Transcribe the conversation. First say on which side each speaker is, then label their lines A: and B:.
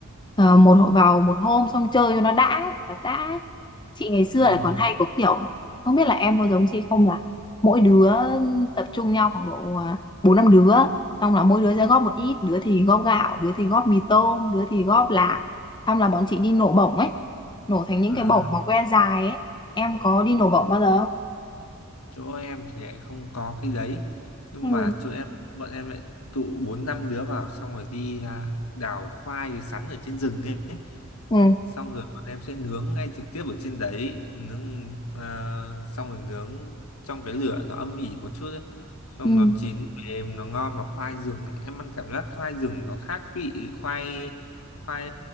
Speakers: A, on the left; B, on the left.
A: ờ, một hộ vào một hôm xong chơi cho nó đã thật là đã chị ngày xưa
B: Ừ.
A: là còn hay có kiểu không biết là em có giống chị không là mỗi đứa tập trung nhau khoảng độ à, bốn năm đứa xong là mỗi đứa sẽ góp một ít đứa thì góp gạo đứa thì góp mì tôm đứa thì góp lạc xong là bọn chị đi nổ bổng ấy nổ thành những
B: À.
A: cái bổng mà que dài ấy em có đi nổ bổng bao giờ
B: chỗ em thì lại không có cái đấy nhưng
A: không
B: mà chỗ Ừ. em bọn em lại tụ bốn năm đứa vào xong rồi đi à, đào khoai với sắn ở trên rừng ấy
A: Ừ. ừ
B: xong rồi bọn em sẽ nướng ngay trực tiếp ở trên đấy nướng à, xong rồi nướng trong cái lửa nó âm ỉ một chút ấy xong
A: ừ
B: nó chín mềm nó ngon và khoai rừng em ăn cảm giác khoai rừng nó khác vị khoai khoai